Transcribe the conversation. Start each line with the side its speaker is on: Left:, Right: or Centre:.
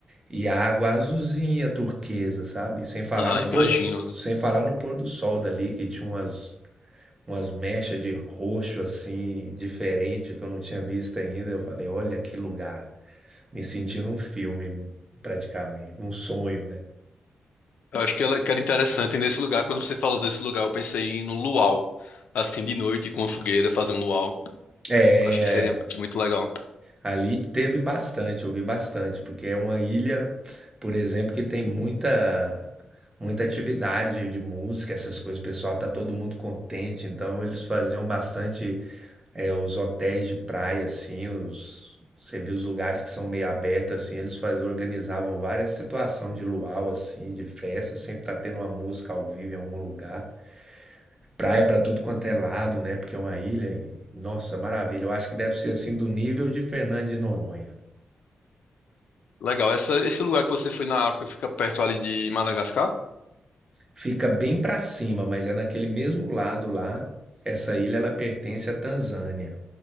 Right: e a água azulzinha, turquesa, sabe? Sem falar
Left: Ah,
Right: no
Left: imagino.
Right: pôr, sem falar no pôr do sol dali, que tinha umas, umas mechas de roxo assim, diferente, que eu não tinha visto ainda. Eu falei, olha que lugar, me senti num filme praticamente, num sonho, né?
Left: Eu acho que ela, que era interessante nesse lugar. Quando você falou desse lugar, eu pensei em um luau. Assim, de noite, com a fogueira, fazer um luau.
Right: É,
Left: Acho que seria muito legal.
Right: Ali teve bastante, eu vi bastante, porque é uma ilha, por exemplo, que tem muita muita atividade de música, essas coisas. O pessoal tá todo mundo contente, então eles faziam bastante é, os hotéis de praia, assim, os você viu os lugares que são meio abertos, assim, eles faziam, organizavam várias situações de luau, assim, de festa, sempre tá tendo uma música ao vivo em algum lugar. Praia pra tudo quanto é lado, né? Porque é uma ilha. e, Nossa, maravilha. Eu acho que deve ser assim do nível de Fernando de Noronha.
Left: Legal. Essa, esse lugar que você foi na África fica perto ali de Madagascar?
Right: Fica bem para cima, mas é naquele mesmo lado lá. Essa ilha ela pertence à Tanzânia,